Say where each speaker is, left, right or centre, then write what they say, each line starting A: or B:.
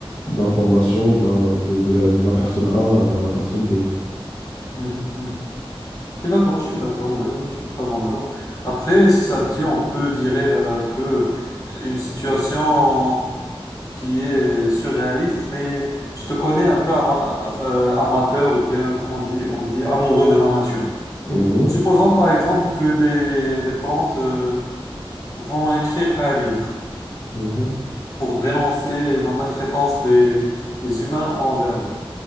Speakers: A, on the left; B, on the left.
A: d'informations d'un- de, de la, de la personne A vers la personne B.
B: mhm, mhm. Je suis d'accord, je suis d'accord, oui, oui, je suis totalement d'accord. Après, si ça te dit, on peut virer vers un peu une situation qui est euh, surréaliste, mais je te connais un peu ama- euh, euh, amateur ou bien, comment on dit, on dit amoureux de la nature.
A: Mhm,
B: Supposons par exemple que les, les plantes euh, vont écrire un livre
A: mhm,
B: pour dénoncer la maltraitance des, des humains envers eux.